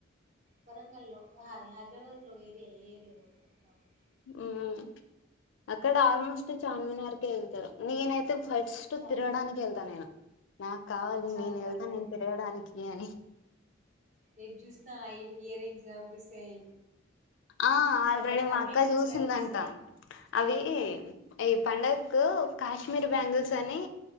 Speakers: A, on the right; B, on the left.
A: వరంగల్లో హాయ్ ఎ లో ఏ ఏరియా పోతురు షాపింగ్కి
B: మ్మ్ అక్కడ ఆల్మోస్ట్ చాన్మినార్కి వెళ్తారు నేనైత్ అయితే ఫట్స్ట్
A: చ
B: తిరగడానికి వెళ్తా నేను నాకు కావాలి
A: చార్మినార్
B: నేను వెళ్తా
A: కదా
B: నేను తిరగడానికి అని
A: ఎటు చూసినా ఐదు ఇయర్రింగ్స్ కనిపిస్తాయి
B: ఆ ఆల్రెడీ
A: నాకైతే
B: మా
A: అవే
B: అక్క
A: మంచిగా
B: చూసింద
A: అనిపిస్తాయి
B: అంటా అవి ఈ పండకు కాశ్మీర్ బ్యాంగిల్స్ అని